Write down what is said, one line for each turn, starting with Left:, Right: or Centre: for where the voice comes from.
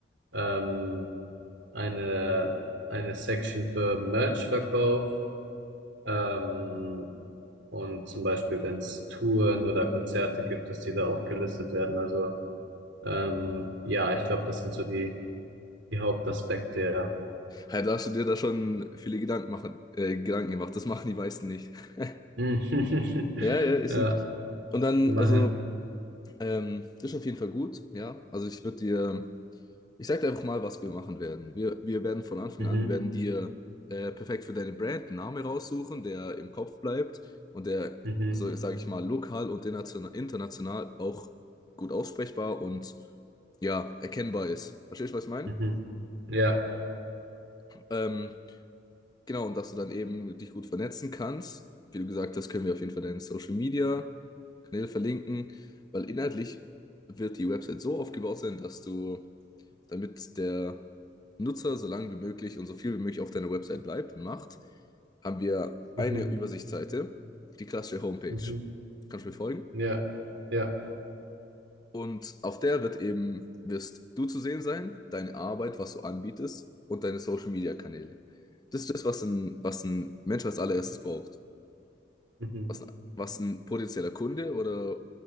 Right: Ähm, eine, eine Section für Merch-Verkauf. Ähm, und zum Beispiel, wenn es Touren oder Konzerte gibt, dass die da auch gelistet werden. Also ähm, ja, ich glaube, das sind so die, die Hauptaspekte, ja.
Left: Ja, da hast du dir da schon viele Gedanken, machen, äh, Gedanken gemacht. Das machen die meisten nicht. <laughs>
Right: Mhm.
Left: Ja,
Right: <laughs>
Left: ja, ist
Right: Ja,
Left: wirklich. Und dann,
Right: immerhin.
Left: also, ähm, das ist auf jeden Fall gut, ja. Also ich würde dir, ich sag dir einfach mal, was wir machen werden. Wir, wir werden von Anfang
Right: Mhm,
Left: an, wir werden dir äh, perfekt für deine Brand einen Namen raussuchen, der im Kopf bleibt und der,
Right: mhm,
Left: so sage ich mal, lokal und international, international auch gut aussprechbar und ja, erkennbar ist. Verstehst du, was ich meine?
Right: mhm. Ja,
Left: Ähm, Genau, und dass du dann eben dich gut vernetzen kannst. Wie du gesagt hast, können wir auf jeden Fall deine Social Media Kanäle verlinken, weil inhaltlich wird die Website so aufgebaut sein, dass du, damit der Nutzer so lange wie möglich und so viel wie möglich auf deiner Website bleibt und macht, haben wir
Right: mhm,
Left: eine Übersichtsseite, die klassische Homepage.
Right: mhm.
Left: Kannst du mir folgen?
Right: Ja, ja,
Left: Und auf der wird eben, wirst du zu sehen sein, deine Arbeit, was du anbietest und deine Social Media Kanäle. Das ist das, was ein, was ein Mensch als allererstes braucht.
Right: mhm,
Left: was, was ein potenzieller Kunde oder